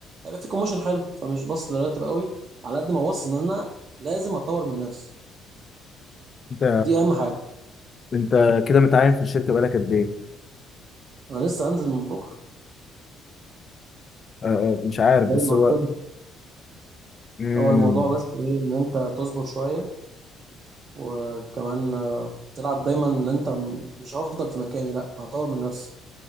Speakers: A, on the right (about 45°); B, on the left (about 40°).
A: هيبقى في كوموشن حلو فمش باصص للراتب قوي على قد ما باصص ان انا لازم اطور من نفسي
B: انت
A: دي اهم حاجه
B: انت كده متعين في الشركه بقالك قد ايه
A: انا لسه هنزل من بكره
B: آه، آه، مش عارف بس
A: زي ما
B: هو
A: قلت لك
B: مم.
A: هو الموضوع بس ايه ان انت تصبر شويه وكمان آه، تلعب دايما ان انت م- مش هفضل في مكاني لا أنا هطور من نفسي